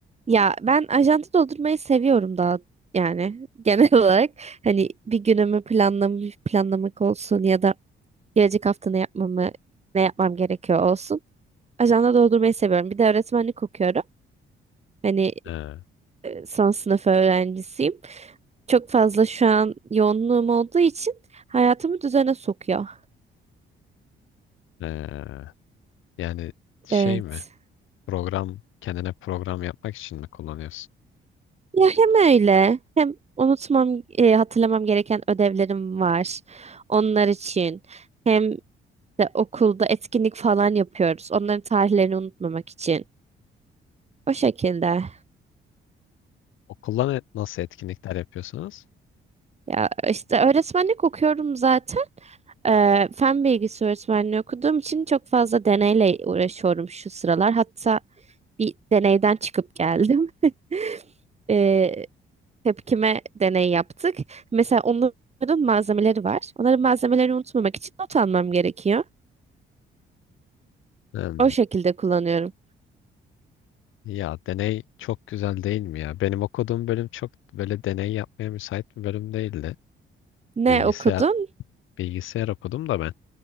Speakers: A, on the right; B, on the left.
A: Ya ben ajanda doldurmayı seviyorum daha yani <laughs> genel olarak hani bir günümü planlam planlamak olsun ya da gelecek hafta ne yapmamı ne yapmam gerekiyor olsun. Ajanda doldurmayı seviyorum. Bir de öğretmenlik okuyorum. Hani
B: Ee,
A: e, son sınıf öğrencisiyim. Çok fazla şu an yoğunluğum olduğu için hayatımı düzene sokuyor.
B: ee, yani şey
A: Evet.
B: mi? Program kendine program yapmak için mi kullanıyorsun?
A: Ya hem öyle hem unutmam, e, hatırlamam gereken ödevlerim var. Onlar için hem de okulda etkinlik falan yapıyoruz. Onların tarihlerini unutmamak için. O şekilde.
B: Okulla ne- nasıl etkinlikler yapıyorsunuz?
A: Ya işte öğretmenlik okuyorum zaten. Ee, fen bilgisi öğretmenliği okuduğum için çok fazla deneyle uğraşıyorum şu sıralar. Hatta bir deneyden çıkıp geldim. <laughs> Ee, tepkime deney yaptık. Mesela onların malzemeleri var. Onların malzemelerini unutmamak için not almam gerekiyor.
B: Hmm,
A: O şekilde kullanıyorum.
B: Ya deney çok güzel değil mi ya? Benim okuduğum bölüm çok böyle deney yapmaya müsait bir bölüm değildi.
A: Ne
B: Bilgisayar
A: okudun?
B: bilgisayar okudum da ben.